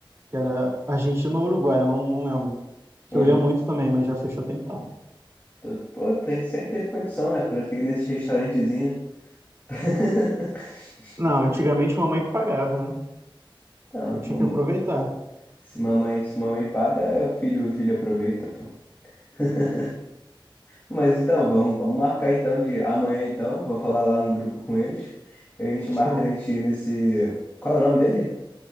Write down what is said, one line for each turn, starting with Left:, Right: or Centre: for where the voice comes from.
Right: que era Argentina ou Uruguai, eu não, não lembro. Que
Left: Aham.
Right: eu ia muito também, mas já fechou tem tempo.
Left: Tô- Pô, tem, sempre teve condição, né, pra ter nesse restaurantezinho. <laughs>
Right: Não, antigamente mamãe que pagava, né?
Left: Então,
Right: Aí tinha
Left: mam-
Right: que aproveitar.
Left: se mamãe, se mamãe paga, é o filho, o filho aproveita, pô. <laughs> Mas então, vamos, vamos marcar então de amanhã então. Vou falar lá no grupo com eles. E a gente
Right: Show.
Left: marca a gente ir nesse. Qual é o nome dele?